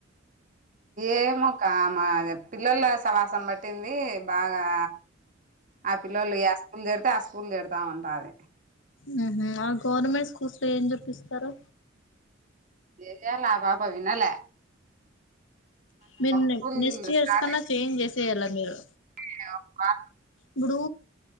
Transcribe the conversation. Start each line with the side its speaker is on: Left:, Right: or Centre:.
Right: ఏమో క మా పిల్లొల్ల సావాసం పట్టింది బాగా. ఆ పిల్లోల్లు ఏ స్కూల్ జేరితే ఆ స్కూల్ జేరదాం అంటాది.
Left: మ్ హు ఆ గవర్నమెంట్ స్కూల్స్ లో ఏం చెప్పిస్తారు?
Right: ఏయాలా ఆ పాప వినల.
Left: Mean
Right: school
Left: next years
Right: start
Left: కన్నా చేంజ్ చేసేయల్ల మీరు.
Right: <unintelligible>
Left: ఇప్పుడు